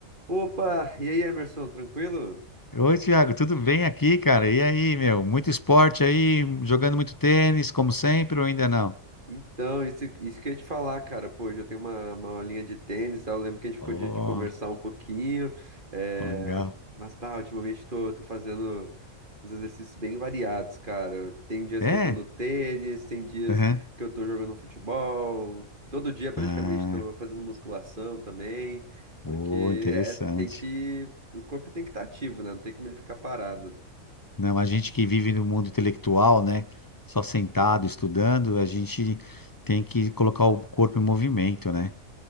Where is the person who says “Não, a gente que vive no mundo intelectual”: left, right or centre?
Left